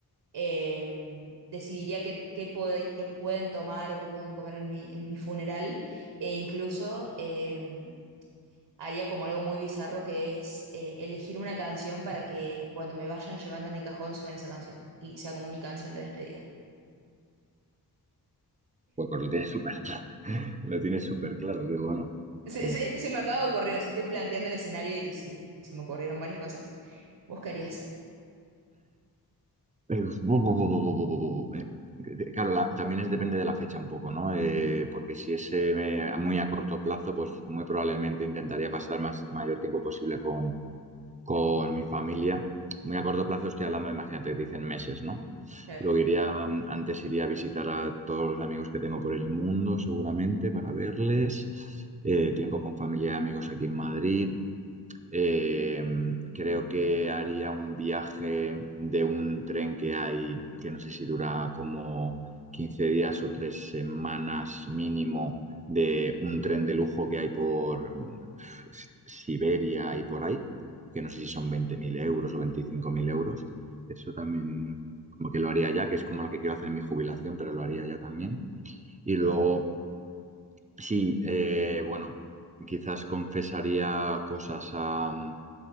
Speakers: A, on the right (about 80°); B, on the right (about 20°).
A: em, decidiría qué, qué, pod- qué pueden tomar o qué pueden comer en mi, en mi funeral, e incluso... em, haría como algo muy bizarro que es eh, elegir una canción para que cuando me vayan llevando en el cajón suene esa canción y sea como mi canción de despedida.
B: Pues, pues lo tienes súper claro, <laughs> lo tienes súper claro, que bueno.
A: Se-
B: joder.
A: se- Es, que se me acaba de ocurrir, o sea, estoy planteando el escenario y, y se me ocurrieron varias cosas. ¿Vos qué harías?
B: Eh, bu- bu- bu- bu- bu- bu- bu- bu- eh, de- Claro, la- también es, depende de la fecha un poco, ¿no? Eh, porque si es eh, me- muy a corto plazo, pues muy probablemente intentaría pasar el más, mayor tiempo posible con con mi familia. Muy a corto plazo estoy hablando, imagínate, dicen meses, ¿no?
A: Claro.
B: Luego iría, mm, antes iría a visitar a todos los amigos que tengo por el mundo, seguramente, para verles. Eh, tiempo con familia y amigos aquí en Madrid. Eh, creo que haría un viaje de un tren que hay, que no sé si dura como 15 días o tres semanas mínimo, de un tren de lujo que hay por mm, S- Siberia y por ahí, que no sé si son 20.000 euros o 25.000 euros. Eso también como que lo haría ya, que es como lo que quiero hacer en mi jubilación, pero lo haría ya también. Y luego,
A: Ok,
B: sí, eh, bueno, quizás confesaría cosas a mm,